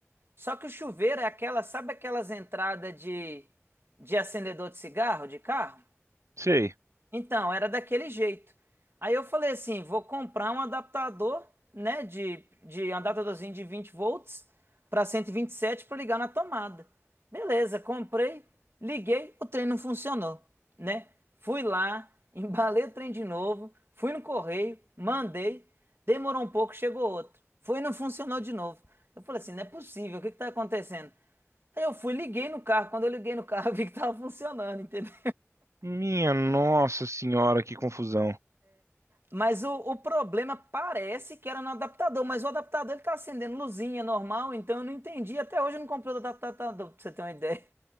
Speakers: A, on the right (about 50°); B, on the right (about 70°).
A: só que o chuveiro é aquela, sabe aquelas entradas de, de acendedor de cigarro, de carro?
B: sei.
A: Então, era daquele jeito. Aí eu falei assim, vou comprar um adaptador, né, de, de um adaptadorzinho de 20 volts para cento e e vinte e sete para ligar na tomada. Beleza, comprei, liguei, o trem não funcionou, né? Fui lá, <laughs> embalei o trem de novo, fui no correio, mandei, demorou um pouco, chegou outro. Foi e não funcionou de novo. Eu falei assim, não é possível, o que está acontecendo? Aí eu fui, liguei no carro. Quando eu liguei no carro, <laughs> eu vi que tava funcionando, entendeu?
B: Minha nossa senhora, que confusão.
A: Mas o, o problema parece que era no adaptador, mas o adaptador ele tá acendendo luzinha normal, então eu não entendi. Até hoje eu não comprei o adaptador, pra você ter uma ideia.